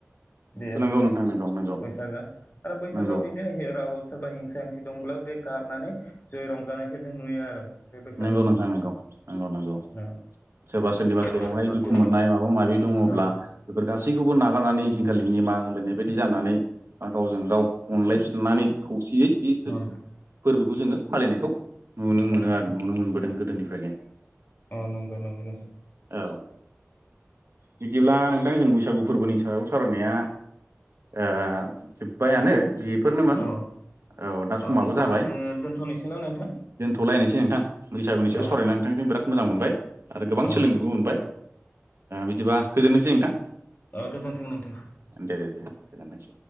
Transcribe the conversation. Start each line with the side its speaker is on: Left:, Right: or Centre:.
Left: बे
Right: औ नंगौ नोंथां नंगौ नंगौ
Left: बैसागआ आरो बैसागआ
Right: नंगौ
Left: बिदिनो राव सोरबा हिंसा हिसा दंब्लाबो बे गारनानै ज रंजानायखौ जों नुयो आरो बे बैसागो
Right: नंगौ
Left: समाव
Right: नोंथां नंगौ नंगौ नंगौ
Left: औ
Right: सोरबा सोरनिबा
Left: सोरबा
Right: सायावहाय
Left: सोरनिबा
Right: दुखु
Left: सायावहाय
Right: मोननाय माबा माबि दङब्ला
Left: औ
Right: बेफोर गासैबो गासैखौबो नागारनानै बेदिनखालि निमा होलायनाय बायदि जानानै बा गावजों गाव अनलाय नानै खौसेयै बे
Left: औ
Right: फोरबोखौ जोङो फालिनायखौ नुनो मोनो
Left: औ
Right: आरो नुनो मोनदों गोदोनिफ्रायनो
Left: अ नंगौ नंगौ नोंथां
Right: औ। बिदिब्ला नोंथां जों बैसागु फोरबोनि सायाव सावरायनाया ओ जोबबायानो बि बेफोरनोमोन
Left: अ
Right: औ दा
Left: अ
Right: समाबो
Left: होमबा
Right: जाबाय
Left: जोङो दोनथ'नोसै न' नोंथां
Right: दोनथ'लायनोसै नोंथां बैसागुनि सायाव
Left: अ
Right: सावरायनानै नोंथांजों बिराद मोजां मोनबाय आरो गोबां
Left: अ
Right: सोलोंनोबो मोनबाय बिदिबा गोजोननोसै नोंथां
Left: अ गोजोनथों नोंथां
Right: दे दे दे गोजोनथोंसै